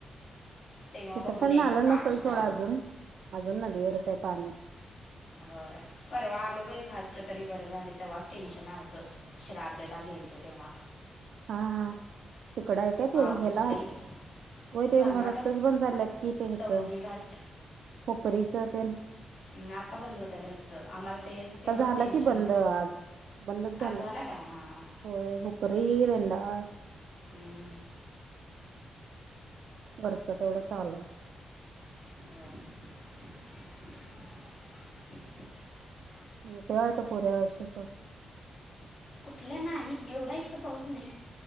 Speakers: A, on the left; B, on the right.
A: तेव्हा
B: तिथं
A: बघून
B: पण
A: यायचं
B: आलं
A: पाणी
B: नसेल सोडा
A: जाऊन
B: अजून अजून नदीवरच आहे पाणी.
A: होय परवा. आलो बाई फास्ट तरी बरं झालं तेव्हाच टेन्शन आलतं श्रा्धला गेलतो तेव्हा.
B: हा हा तीकड ऐ काय
A: पाऊस
B: ते हेला.
A: लई
B: होय ते
A: कर्नाटक
B: रस्ताच बंद झालेत कि ते हित
A: तौंदी घाट
B: हूपरीच तेन.
A: हम् आता बंद होत रस्त आम्हाला. तेच
B: आता
A: तेव्हाच
B: झाला
A: टेन्शन
B: कि बंद
A: होतं
B: आज. बंदच झालंय
A: आज झाला का हां
B: होय हूपरी, रेंदाल.
A: हम्म.
B: वरच तेवढं चालंय.
A: ह. <unintelligible>
B: येते वाडत पुऱ्या वर्षी सोड.
A: कुठला नाही एवढा इतथं पाऊस नाही